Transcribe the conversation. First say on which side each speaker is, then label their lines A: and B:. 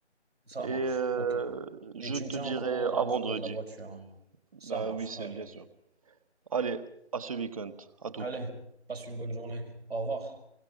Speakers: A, on the right (about 60°); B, on the right (about 30°).
A: Ça
B: Et
A: marche.
B: euh,
A: OK.
B: je
A: Et tu
B: te
A: me tiens
B: dirai
A: au courant
B: à
A: à
B: vendredi.
A: propos de la voiture. hein. Ça
B: Bah
A: marche.
B: oui, c'est
A: Allez.
B: bien sûr. Allez, à ce week-end, à toutes.
A: Allez, passe une bonne journée. Au revoir.